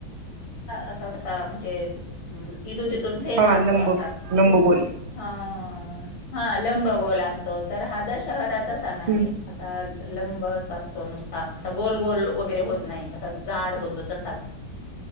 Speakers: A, on the left; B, on the right.
A: असा कसा म्हणजे इथून तिथून सेम
B: हा
A: असतो
B: लंब
A: असा...
B: लंबगोल
A: हा हा लंब गोल असत... तर हा दशहरा तसा
B: हम्म
A: नाही असा लंबच असतो नुसता असं गोल... गोल वगैरे होत नाही असा जाड होतो तसाच..